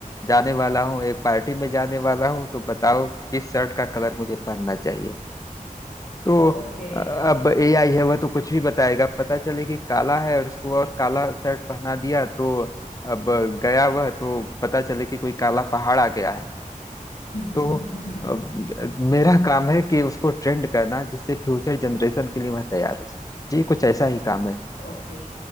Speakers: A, on the left; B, on the left.
A: जाने वाला हूँ एक पार्टी में जाने वाला हूँ तो बताओ किस शर्ट का कलर मुझे पहनना चाहिए तो
B: ओके
A: अ, अब एआई है वह तो कुछ भी बताएगा पता चले कि काला है और उसको और काला शर्ट पहना दिया तो अब गया वह तो पता चले कि कोई काला पहाड़ आ गया है
B: <laughs>
A: तो अब मेरा काम है कि उसको ट्रेंड करना जिससे फ्यूचर जनरेशन के लिए वह तैयार हो सके जी कुछ ऐसा ही काम है
B: ओके